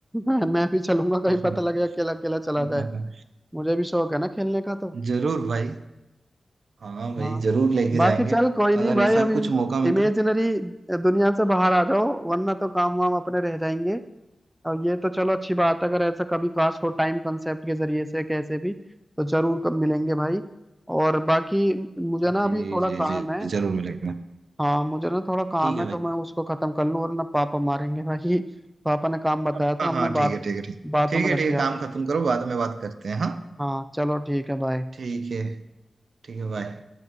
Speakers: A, in the centre; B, on the right (about 70°).
A: <laughs> मैं भी चलूंगा कहीं
B: <laughs>
A: पता लगे अकेला अकेला चला जाए
B: हाँ,
A: मुझे भी शौक है ना खेलने का तो
B: जरूर भाई हाँ भाई
A: हाँ
B: जरूर लेके
A: बाकी
B: जाएंगे
A: चल कोई नहीं
B: अगर
A: भाई
B: ऐसा
A: अभी
B: कुछ मौका मिलता
A: इमेजिनरी
B: है
A: दुनिया से बाहर आ जाओ वरना तो काम वाम अपने रह जाएंगे और ये तो चलो अच्छी बात है अगर ऐसा कभी काश हो टाइम कंसेप्ट के जरिए से कैसे भी तो जरूर कब मिलेंगे भाई और बाकी मुझे ना
B: जी
A: अभी थोड़ा
B: जी
A: काम
B: जी
A: है
B: जी, जरूर मिलेगा
A: हाँ मुझे ना थोड़ा काम
B: ठीक है
A: है
B: भाई
A: तो मैं उसको खत्म कर लूँ वरना पापा मारेंगे भाई <laughs> पापा ने काम बताया
B: हाँ
A: था
B: हाँ
A: अब
B: हाँ,
A: मैं बात
B: ठीक है ठीक है ठीक
A: बातों
B: ठीक
A: में
B: है
A: लग
B: ठीक
A: गया
B: है काम खत्म करो बाद में बात करते हैं हाँ
A: हाँ चलो ठीक है बाय
B: ठीक है ठीक है बाय